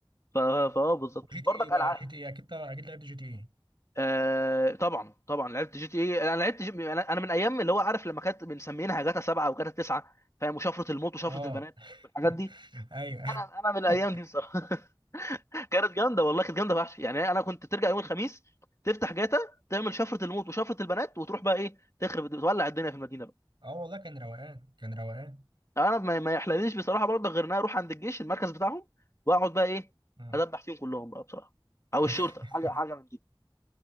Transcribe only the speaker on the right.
وجي تي
ايه بقى
جي تي ايه اكيد طبعا اكيد لعبت جي تي ايه
اه
<laughs> ايوه
<laughs>
اه والله كان روقان كان روقان
اه
<laughs>